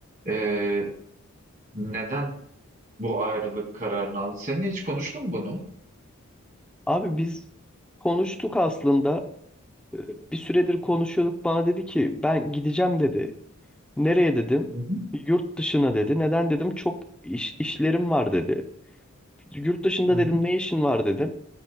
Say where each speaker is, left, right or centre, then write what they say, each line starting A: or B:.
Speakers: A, on the right; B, in the centre.
A: e, neden bu ayrılık kararını aldı? Seninle hiç konuştun mu bunu?
B: Abi biz konuştuk aslında. E, Bir süredir konuşuyorduk. Bana dedi ki ben gideceğim dedi. Nereye dedim?
A: Hı hı,
B: Yurt dışına dedi. Neden dedim? Çok iş, işlerim var dedi. Yurt dışında
A: hı
B: dedim
A: hı,
B: ne işin var dedim.